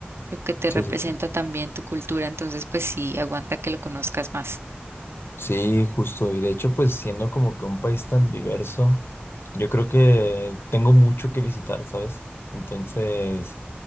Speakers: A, on the right; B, on the left.
A: lo que te
B: Sí,
A: representa
B: sí, sí. Sí,
A: también tu cultura, entonces pues sí, aguanta que lo conozcas más.
B: Sí, justo. Y de hecho, pues siendo como que un país tan diverso, yo creo que tengo mucho que visitar, ¿sabes? Entonces...